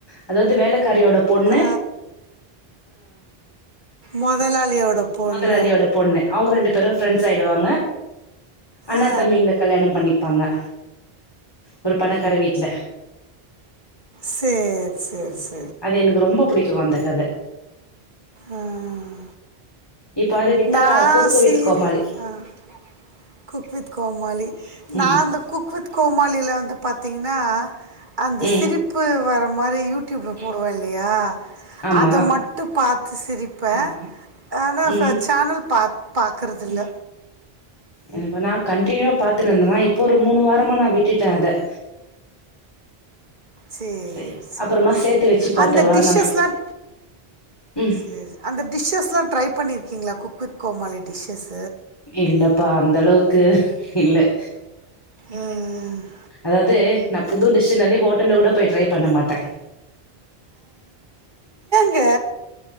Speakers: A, on the left; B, on the right.
A: அதாவது வேலைக்கு வேலைகாரியோட பொண்ணு
B: ஆ மொதலாளியோட பொண்ணு
A: முதலாளியோட பொண்ணு அவங்க ரெண்டு பெரும் ஃப்ரெண்ட்ஸ் ஆகிடுவாங்க அண்ணா
B: ஆ
A: தம்பிங்கள கல்யாணம் பண்ணிப்ப பங்கா ஒரு பணக்கார வீட்ல
B: செர் செரி செரி
A: அது எனக்கு ரொம்ப பிடிக்கும் அந்த அது
B: உஹம்
A: இப்ப அத விட்டா
B: நான்
A: cook
B: serial
A: with Comali
B: cook with Comali Comali
A: ம்
B: நான் அந்த குக் வித் கோமாளியில வந்து பார்த்தீங்கன்னா அந்த
A: ம்
B: சிரிப்பு வர இந்த மாதிரி யூடியூப்ல போடுவேன் இல்லையா
A: ஆமா
B: அதை மட்டும் பார்த்து சிரிப்ப ஆனா
A: ம்
B: ம் பாக்குறது இல்ல
A: என்னப்ப நான் கண்டினியூவா பாத்துட்டுந்தேனா இப்போ ஒரு மூணு வாரமா நான் விட்டுட்டேன் அத
B: சரி
A: சே
B: சரி
A: அப்புறமா
B: சரி
A: சேத்து வச்சு பாத்துக்கலா
B: அந்த டிஷஸ்
A: நம்ம
B: எல்லாம்
A: ம்
B: சரி அந்த டிஷஸ்லாம் ட்ரை ப குக் பண்ணியிருக்கீங்களா குக் வித் கோமாளி டிஷஸ்
A: இல்லப்பா அந்த அளவுக்கு இல்லை
B: உம் உ
A: அதாவது நான் புது டிஷ்னாலே ஹோட்டல்ல கூட போய் ட்ரை பண்ண மாட்டேன்
B: என்ங்க